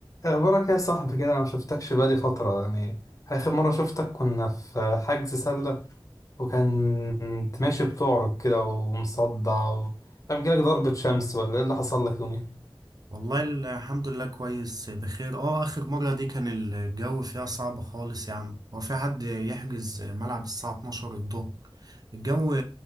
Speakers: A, on the left; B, on the right.
A: اخبارك يا صاحبي كده انا ما شفتكش بقالي فتره يعني اخر مره شفتك كنا في حجز سله وكنت ماشي بتعرج كده ومصدع و... كان جالك ضربه شمس ولا ايه اللي حصل لك يومين
B: والله الحمد لله كويس بخير اه اخر مرة دي كان الجو فيها صعب خالص يا عم هو في حد يحجز ملعب الساعة 12 الظهر الجو